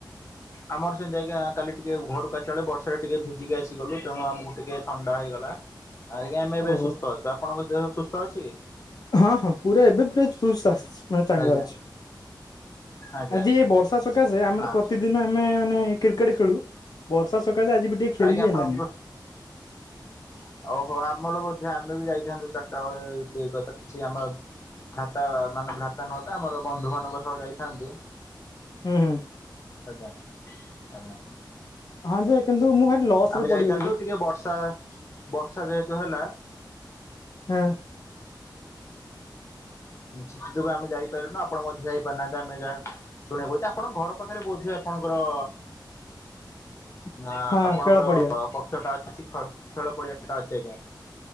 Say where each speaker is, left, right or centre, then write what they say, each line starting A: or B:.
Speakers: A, on the left (about 35°); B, on the left (about 55°).
A: ଆମର ସେମିତି ଆଜ୍ଞା କାଲି ଟିକେ ଘରକୁ ଆସିଲ ବେଳେ ବର୍ଷାରେ ଟିକେ ଭିଜିକି ଆସିଗଲୁ ତେଣୁ ଆମକୁ ଟିକେ ଥଣ୍ଡା ହେଇଗଲା ଆ ଆଜ୍ଞା ଆମେ ଏବେ
B: ଓହୋ
A: ସୁସ୍ଥ ଅଛୁ ଆପଣଙ୍କ ଦେହ ସୁସ୍ଥ ଅଛି?
B: ହଁ ହଁ ପୁରା ଏବେ ପୁରା ମାନେ ଚାଙ୍ଗା
A: ଆଜ୍ଞା
B: ଅଛି
A: ଆଜ୍ଞା
B: ଆଜି ଏ ବର୍ଷ ଷା ସକାଶେ ଆମର
A: ହଁ
B: ପ୍ରତିଦିନ ଆମେ ମାନେ କ୍ରିକେଟ ଖେଳୁ ବର୍ଷା ସକାଶେ ଆଜି ବି ଟିକେ ଖେଳି
A: ଆଜ୍ଞା
B: ବିି
A: ଆପଣ
B: ହେଲାନି।
A: ବୁ
B: <inaudible>
A: ଓହୋ ଆମର ମଧ୍ୟ ଆମେ ବି ଯାଇଥାନ୍ତୁ ଚାରିଟା ବେଳେ ଦେଇ କଥା କିଛି ଆମ ଭ୍ରାତା ମାନେ ଭ୍ରାତା ନୁହଁତ ଆମର ବନ୍ଧୁ ମାନଙ୍କ ସହ ଯାଇଥାନ୍ତୁ।
B: ହୁଁ
A: ଆଜ୍ଞା ଆଜ୍ଞା
B: ହଁ ଯେ କିନ୍ତୁ ମୁଁ ଭାରି ଲସ୍
A: ଆମେ
B: ରେ ପଡିଗଲି
A: ଯାଇଥାନ୍ତୁ
B: ରେ
A: ଟିକେ ବର୍ଷା ବର୍ଷା ଯେହେତୁ ହେଲା
B: ହୁଁ
A: ସେଥି ଯୋଉ ଆମେ ଯାଇପାରିଲୁ ନା ଆପଣ ମଧ୍ୟ ଯାଇପାରୁନାହାନ୍ତି ଆମେ ଯାହା ଶୁଣିବା କୁହୁଛି ଆପଣଙ୍କ ଘର ପାଖରେ ବୋଧ ଆପଣଙ୍କର
B: <unintelligible>
A: ନା
B: ହଁ
A: ଆପଣଙ୍କର
B: ଖେଳ ପଡିଆ
A: ପକ୍ଷ ଟା ଅଛି ଖେଳ ପଡିଆ ଟା ଅଛି ଆଜ୍ଞା